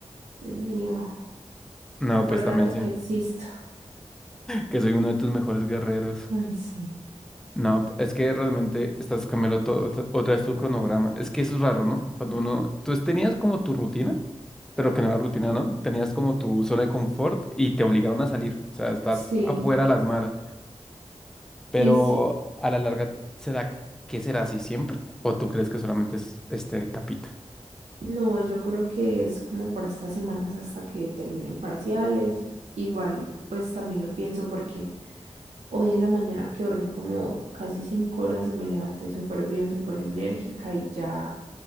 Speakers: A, on the right (about 80°); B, in the centre.
A: Dios mío,
B: No,
A: acuérdate
B: pues también
A: que
B: sí,
A: existo.
B: que soy uno de tus mejores guerreros.
A: Ay, sí.
B: No, es que realmente estás cambiando todo, otra otra vez tu cronograma. Es que eso es raro, ¿no? Cuando uno, tú tenías como tu rutina, pero que no era rutina, ¿no? Tenías como tu zona de confort y te obligaron a salir. O sea, estás
A: Sí,
B: afuera a las malas. Pero
A: sí, sí.
B: a la larga, ¿será que será así siempre? ¿O tú crees que solamente es este tapita?
A: No, yo creo que es como por estas semanas hasta que terminen parciales. Igual, pues también lo pienso porque hoy en la mañana que dormí como casi cinco horas, me levanté súper bien, súper enérgica y ya,